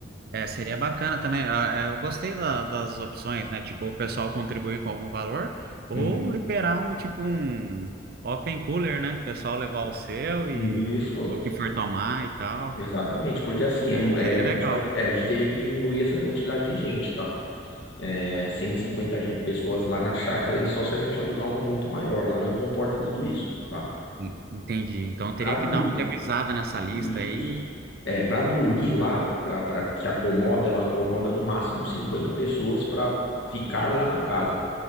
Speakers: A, on the right; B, on the left.
A: é, seria bacana também. Ah, é, Eu gostei da- das opções, né? Tipo, o pessoal contribuir com algum valor ou
B: Uhum.
A: liberar um tipo um open cooler, né? O pessoal levar o seu e
B: Isso,
A: o que for tomar e tal.
B: exatamente, porque assim, é, mu-
A: Seria
B: é, a gente
A: legal.
B: vai, é, a gente teria que diminuir essa quantidade de gente, tá? É, 150 ge- pessoas lá na chácara e só se a gente alugar uma muito maior, lá não comporta tudo isso, tá?
A: En- Entendi. Então teria
B: Pra dormir,
A: que dar uma revisada nessa lista
B: isso.
A: aí.
B: É, para dormir lá, para pra que acomoda, ela acomoda no máximo 50 pessoas para ficar lá na casa.